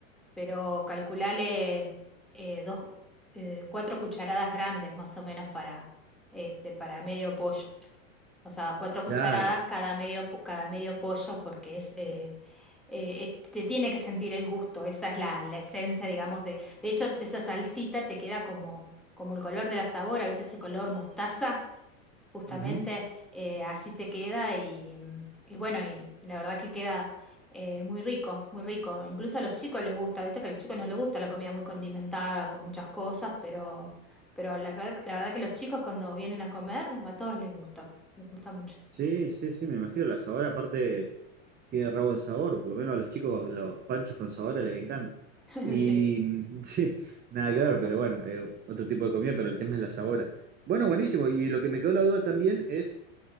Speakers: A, in the centre; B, on the right.
A: pero calculale eh, dos, eh, cuatro cucharadas grandes más o menos para, este, para medio pollo. O sea, cuatro
B: claro.
A: cucharadas cada medio, po- cada medio pollo porque es, eh, eh, eh, te tiene que sentir el gusto, esa es la, la esencia, digamos, de... De hecho, esa salsita te queda como, como el color de la sabora, ¿viste ese color mostaza? justamente
B: Ujú.
A: eh, así te queda y, mm, y bueno, y la verdad que queda eh, muy rico, muy rico. Incluso a los chicos les gusta, viste que a los chicos no les gusta la comida muy condimentada, con muchas cosas, pero, pero la, ver- la verdad que los chicos cuando vienen a comer, a todos les gusta, les gusta mucho.
B: Sí, sí, sí, me imagino. La sabor aparte tiene rabo en sabor, por lo menos a los chicos los panchos con sabor les encanta.
A: <laughs>
B: Y
A: Sí.
B: mm, <laughs> sí, nada que ver, pero bueno, eh, otro tipo de comida, pero el tema es la sabora. Bueno, buenísimo. Y lo que me quedó la duda también es...